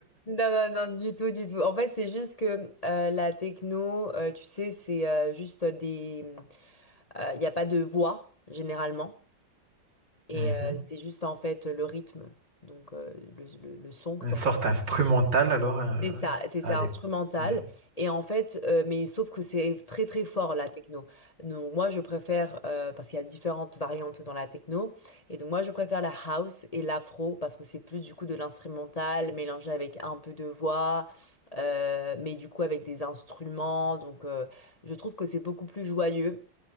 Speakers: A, on the left; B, on the right.
A: non, non, non, du tout, du tout. En fait, c'est juste que euh, la techno, euh, tu sais, c'est euh, juste des, Il n'y a pas de voix, généralement. Et
B: Mhm.
A: euh, c'est juste, en fait, le rythme. Donc, euh, le, le- le son que
B: Une
A: tu entends.
B: sorte instrumentale alors. euh,
A: C'est ça, c'est ça,
B: allez.
A: instrumental.
B: Ouais.
A: Et en fait, euh, mais sauf que c'est très, très fort, la techno. Donc, moi, je préfère, euh, parce qu'il y a différentes variantes dans la techno. Et donc, moi, je préfère la house et l'afro, parce que c'est plus, du coup, de l'instrumental mélangé avec un peu de voix, euh, mais du coup, avec des instruments. Donc, euh, je trouve que c'est beaucoup plus joyeux.